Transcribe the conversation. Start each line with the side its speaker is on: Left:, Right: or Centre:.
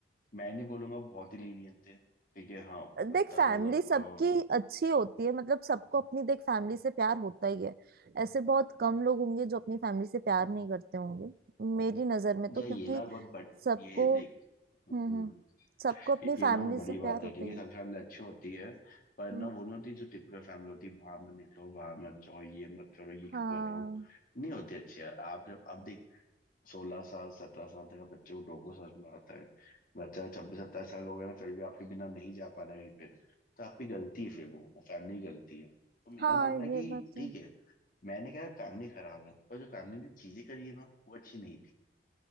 Left: मैं नहीं बोलूंगा बहुत ही लीनियंट थे ठीक है हाँ उतना
Right: देख फैमिली
Left: मतलब
Right: सबकी अच्छी होती है मतलब सबको अपनी देख फैमिली से प्यार होता ही है ऐसे बहुत कम लोग होंगे जो अपनी फैमिली से प्यार नहीं करते होंगे मेरी नजर में
Left: अ,
Right: तो
Left: या
Right: क्योंकि
Left: ये ना बहुत बड़
Right: सबको
Left: ये देख हम्म,
Right: हम्म हम्म सबको अपनी
Left: ये
Right: फैमिली
Left: ये ना बहुत बड़ी
Right: से प्यार
Left: बात है
Right: होता
Left: ठीक
Right: ही
Left: है सब
Right: है
Left: फैमिली अच्छी होती है पर ना
Right: हम्म
Left: वो नहीं होती जो टिपिकल फैमिली होती है बाहर मत निकलो बाहर मत जाओ ये मत करो ये
Right: हाँ
Left: क्यों कर रहे हो नहीं होती अच्छी यार आप जब अब देख सोलह साल सत्रह साल तक आप बच्चे को टोको समझ में आता है बच्चा छब्बीस सत्ताईस साल हो गया ना फिर भी आपके बिना नहीं जा पा रहा है कहीं पे तो आपकी गलती है फिर वो वो फैमिली की गलती है तो मेरा
Right: हाँ
Left: मानना
Right: ये
Left: है कि
Right: बात तो
Left: ठीक
Right: है
Left: है मैंने कहा फैमिली खराब है और जो फैमिली में चीजें करी है ना वो अच्छी नहीं थी